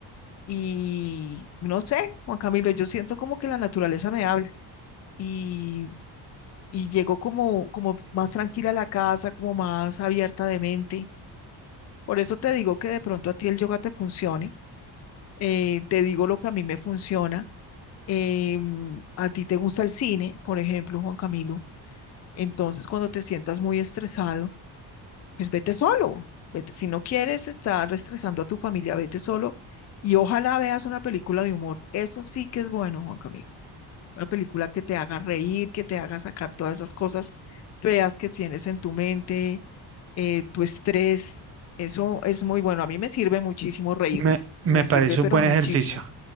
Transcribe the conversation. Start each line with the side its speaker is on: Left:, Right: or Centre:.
Left: Y no sé, Juan Camilo, yo siento como que la naturaleza me habla y, y llego como, como más tranquila a la casa, como más abierta de mente. Por eso te digo que de pronto a ti el yoga te funcione eh, te digo lo que a mí me funciona. em, a ti te gusta el cine, por ejemplo, Juan Camilo. Entonces, cuando te sientas muy estresado, pues vete solo. Vete. Si no quieres estar estresando a tu familia, vete solo y ojalá veas una película de humor. Eso sí que es bueno, Juan Camilo. Una película que te haga reír, que te haga sacar todas esas cosas feas que tienes en tu mente, eh, tu estrés. Eso es muy bueno. A mí me sirve muchísimo reírme.
Right: Me, me
Left: Me
Right: parece
Left: sirve, pero
Right: un buen
Left: muchísimo.
Right: ejercicio.